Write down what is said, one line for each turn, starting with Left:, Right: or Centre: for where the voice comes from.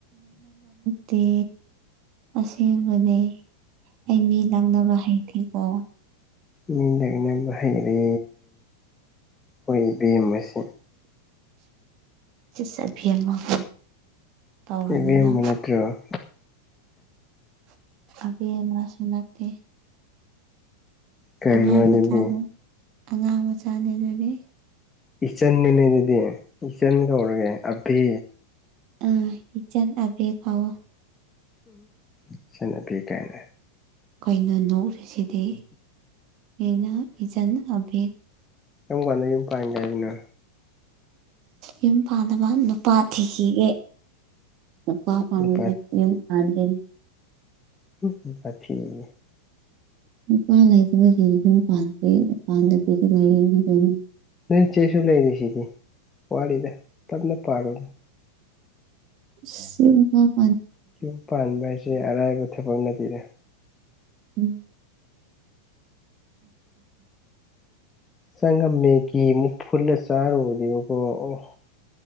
Right: ꯗ ꯑꯁꯦꯡꯕꯅꯦ ꯑꯩ ꯃꯤ ꯅꯪꯅꯕ ꯍꯩꯇꯦꯀꯣ
Left: ꯃꯤ ꯂꯛꯅꯕ ꯍꯩꯔꯦ ꯈꯣꯏ ꯏꯕꯦꯃꯁꯦ
Right: ꯁꯤꯁꯕꯤꯌ ꯑꯃꯍ ꯇꯧꯔꯅꯤꯅ
Left: ꯏꯕꯦꯝꯃ ꯅꯠꯇ꯭ꯔꯣ
Right: ꯑꯕꯤ ꯃꯥ ꯁꯨ ꯅꯠꯇꯦ
Left: ꯀꯔꯤꯅꯣ
Right: ꯑꯉꯥꯡ
Left: ꯑꯗꯨꯗꯤ
Right: ꯃꯆꯥꯅꯦ ꯑꯉꯥꯡ ꯃꯆꯥꯅꯦ ꯅꯣꯏꯗꯤ
Left: ꯏꯆꯟꯗꯅꯦ ꯑꯗꯨꯗꯤ ꯏꯆꯟ ꯀꯧꯔꯒꯦ ꯑꯕꯤ
Right: ꯑ ꯏꯆꯟ ꯑꯕꯦ ꯀꯧꯔꯣ
Left: ꯏꯆꯜ ꯑꯕꯦ ꯀꯥꯏꯅ
Right: ꯀꯩꯅꯣ ꯅꯣꯛꯔꯤꯁꯤꯗꯤ ꯑꯩꯅ ꯏꯆꯟ ꯍꯥꯕꯤꯠ
Left: ꯀꯨꯛ ꯀꯥꯟꯗꯗꯒꯤ ꯌꯨꯝ ꯄꯥꯡꯒꯦ ꯍꯥꯏꯕꯅꯣ
Right: ꯌꯨꯝ ꯄꯥꯟꯅꯕ ꯅꯨꯄꯥ ꯊꯤꯈꯤꯒꯦ ꯨꯅꯨꯄꯥ ꯐꯪ-ꯒꯗꯤ
Left: ꯅꯨꯄꯥ
Right: ꯌꯨꯝ ꯄꯥꯜꯗꯣꯏꯅꯤ
Left: ꯝ ꯊꯦ <unintelligible>
Right: ꯅꯨꯄꯥ ꯂꯩꯇꯕ ꯑꯗꯨꯝ ꯄꯥꯟꯗ ꯄꯤꯒꯗ꯭ꯔꯅ ꯀꯩꯅꯣ
Left: ꯅꯣꯏꯆꯦꯁꯨ ꯂꯩꯔꯤ ꯁꯤꯗꯤ ꯋꯥꯔꯤꯂꯤꯗ ꯇꯞꯅ ꯄꯥꯜꯔꯨꯅꯦ
Right: ꯎ
Left: ꯌꯨꯝ ꯄꯥꯟꯕ ꯍꯥꯏꯁꯦ ꯑꯔꯥꯏꯕ ꯊꯕꯛꯅꯠꯇꯦꯅꯦ
Right: ꯎꯝ
Left: ꯆꯪ ꯉ ꯃꯦꯒꯤ ꯑꯃꯨꯛ ꯐꯨꯜꯂ ꯆꯔꯨꯗꯤꯀꯣ ꯑꯣ